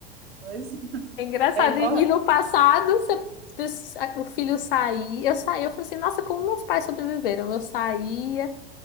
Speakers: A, on the right (about 85°); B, on the left (about 60°).
A: Pois
B: É engraçado.
A: é, impor-
B: E e no passado, você- o filho saía, eu saía, eu falei assim, nossa, como meus pais sobreviveram? Eu saía,